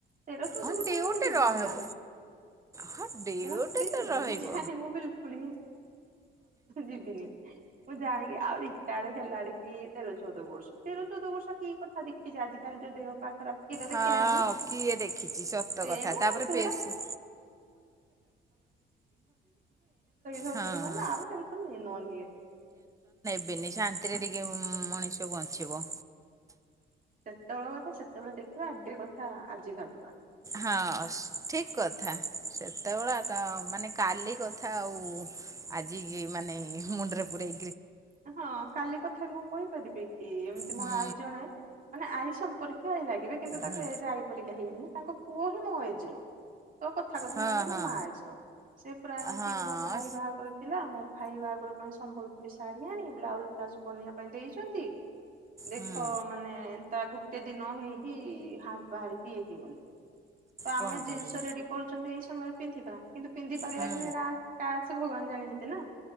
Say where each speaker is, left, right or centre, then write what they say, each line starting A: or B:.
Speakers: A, on the right (about 45°); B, on the right (about 15°).
A: ତେର ଚଉଦ
B: ହଁ
A: ବର୍ଷ
B: ଡ୍ୟୁଟି
A: ହେତ ଯିବୁନି
B: ରହିବ
A: ଗାଁକୁ।
B: ହଁ ଡ୍ୟୁଟି
A: ମୁ ଯିବିନି
B: ତ
A: ବିଲକୁଲ।
B: ରହିବ।
A: ଯିବ <unintelligible> ହେଲାଡ କି ତେର ଚଉଦ ବର୍ଷ, ତେର ଚଉଦ ବର୍ଷ କି କଥା ଦେଖିଛି ଆଜି କାଲି ଯୋଉ ଦେହ ପା ଖରାପ ଗୀ <unintelligible> ତ ଦେଖି
B: ହଁ
A: ନାହାନ୍ତି
B: କିଏ ଦେଖିଛି ସତ
A: ଟେନସନ
B: କଥା ତାପରେ ବେଶୀ
A: ରଇ ରାଉଛି
B: ହଁ
A: ମାନେ ଆଉ ଟେନସନ ନିଏ ନ ନିଏ
B: ବେନି ଶାନ୍ତିରେ ଟିକେ ମଣିଷ ବଞ୍ଚିବ।
A: ସେତେବେଳେ କଥା ସେତେବେଳେ ଦେଖିବା ଏବେ କଥା ଆଜି ଭାବିବା।
B: ହଁ ଠିକ କଥା, ସେତେବେଳେ ମାନେ କାଲି କଥା ଆଉ। ଆଜି ଏମାନେ ମୁଣ୍ଡରେ ପୁରେଇ
A: ହଁ କାଲି କଥା ମୁଁ କହିପାରିବି କି? ଏମିତି
B: ହୁଁ
A: ମୋର ଆଈ ଜଣେ ମାନେ ଆଈ। ସମ୍ପର୍କୀୟ ଲାଗିବେ କିନ୍ତୁ ତାଙ୍କ
B: ହୁଁ
A: ଏଜ ଆଈ ପରିକା ହେଇନି। ତାଙ୍କ ପୁଅ ହିଁ ମୋ ଏଜର। ତୋ କଥା କୁ
B: ହଁ
A: ଧ୍ୟାନ ଦିଅ
B: ହଁ
A: ମୋ ମା ଏଜର। ସେ ପୁରା ଏମିତି
B: ହଁ
A: ମୋ ଭାଇ ବାହାଘର ଥିଲା ମୋ। ଭାଇ ବାହାଘର ପାଇଁ ସମ୍ବଲପୁରୀ ଶାଢ଼ୀ ଆଣି ବ୍ଲାଉଜ ଫ୍ଲାଉଜ ବନେଇବା ପାଇଁ ଦେଇଛନ୍ତି। ଦେଖ
B: ହୁଁ
A: ମାନେ ତା ଗୋଟେ ଦିନ ହେଇକି ହାଟ ବାହାରିକିଇ ହେଇଗଲେ। ତ ଆମେ
B: କଣ କରିବ
A: ଜିନିଷ ରେଡି କରୁଛନ୍ତି। ଏଇ ସମୟରେ ପିନ୍ଧିବା କିନ୍ତୁ ପିନ୍ଧି ପାରିବା
B: ହୁଁ
A: କି ନା ଏଟ। ସେ ଭଗବାନ ଜାଣିଛନ୍ତି ନା।